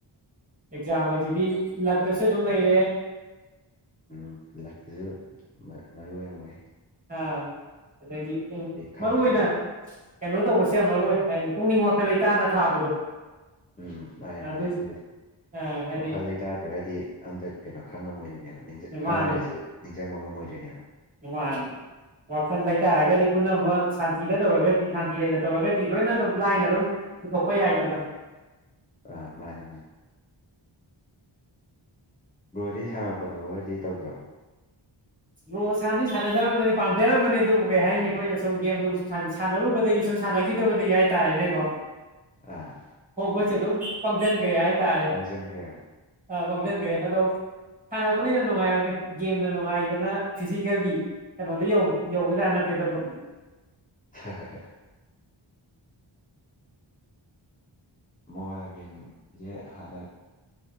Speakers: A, on the right; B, on the left.
A: ꯑꯦꯖꯥꯝ ꯍꯥꯏꯖꯤꯗꯤ ꯂꯥꯛ ꯇꯁ ꯑꯗꯨ ꯂꯩꯔꯦ
B: ꯎꯝ ꯂꯛꯇꯨꯁꯨ ꯃꯔꯨ ꯑꯣꯏ ꯃꯣꯏꯦ
A: ꯑꯥ ꯑꯗꯒꯤ ꯎꯝ
B: ꯈꯪꯕꯒ
A: ꯃꯔꯨ ꯑꯣꯏꯅ ꯀꯩꯅꯣ ꯇꯧꯕꯁꯦ ꯌꯥꯝ ꯃꯔꯨ ꯑꯣꯏ ꯍꯥꯏꯕꯗꯤ ꯄꯨꯛꯅꯤꯡ ꯋꯥꯈꯜ ꯂꯩꯇꯥꯅ ꯊꯥꯕꯗꯣ
B: ꯎꯝ ꯃꯥꯅꯦ ꯃꯥꯅꯦ
A: ꯑꯗꯨ
B: ꯑꯗꯨꯕꯨꯗꯤ
A: ꯑ ꯍꯥꯏꯗꯤ
B: ꯋꯥꯈꯜ ꯂꯩꯇꯥꯥꯗ꯭ꯔꯒꯗꯤ ꯑꯝꯇ ꯀꯩꯅꯣ ꯈꯪꯉꯝꯃꯣꯏꯗꯣꯏꯅꯦꯕ ꯈꯪꯉꯒꯁꯨ
A: ꯃꯥꯅꯦ
B: ꯅꯤꯡꯁꯤꯡꯕ ꯉꯝꯃ ꯃꯣꯏꯔꯅꯤ
A: <unintelligible> ꯋꯥꯈꯜ ꯂꯩꯇꯥꯔꯒꯗꯤ ꯄꯨꯝꯅꯃꯛ ꯁꯥꯟꯇꯤꯗ ꯇꯧꯔꯒꯗꯤ ꯁꯥꯟꯇꯤ ꯂꯩꯅ ꯇꯧꯔꯒꯗꯤ ꯂꯣꯏꯅ ꯑꯗꯨꯝ ꯂꯥꯏꯅ ꯑꯗꯨꯝ ꯀꯣꯏ ꯑꯗꯗ
B: ꯑꯥ ꯃꯥꯅꯤ ꯃꯥꯅꯤ ꯕ꯭ꯔꯣꯗꯤ ꯁꯥꯟꯅꯕ ꯈꯣꯠꯅꯕꯒꯗꯤ ꯇꯧꯗ꯭ꯔꯣ
A: ꯂꯣ ꯁꯥꯟꯗꯤ ꯁꯥꯟꯅꯖꯔꯝꯕꯅꯤ ꯄꯥꯝꯖꯔꯝꯕꯅꯤ ꯑꯗꯨꯕꯨ ꯀꯩ ꯍꯥꯏꯅꯤ ꯑꯩꯈꯣꯏꯅ ꯁꯨꯝ ꯒꯦꯝ ꯁꯥꯟꯅꯔꯨꯕꯗꯒꯤ ꯁꯨꯝ ꯁꯥꯟꯅꯈꯤꯗꯕꯗꯒꯤ ꯍꯥꯏꯇꯥꯔꯦꯅꯦꯀꯣ
B: ꯑꯥ
A: ꯍꯒꯁꯦ ꯑꯗꯨ ꯄꯪꯖꯟꯒ꯭ꯔꯦ ꯍꯥꯏ ꯇꯥꯔꯦ
B: ꯄꯪꯁꯟꯈ꯭ꯔꯦꯕ
A: ꯑ ꯃꯥꯡꯁꯤꯟꯈ꯭ꯔꯦ ꯑꯗꯣ ꯁꯥꯟꯅꯕꯅꯩꯅ ꯅꯨꯡꯉꯥꯏꯔꯝꯃꯦ ꯒꯦꯝꯅ ꯅꯨꯡꯉꯥꯏ ꯐꯖꯅ ꯐꯤꯖꯤꯀꯦꯜꯒꯤ ꯀꯩꯅꯣꯗ ꯌꯧꯕꯖꯥꯠ ꯅꯠꯇꯦꯗꯕ
B: ꯍ <unintelligible> ꯃꯣꯕꯥꯏꯜ ꯒꯦꯝꯁꯦ ꯍꯅ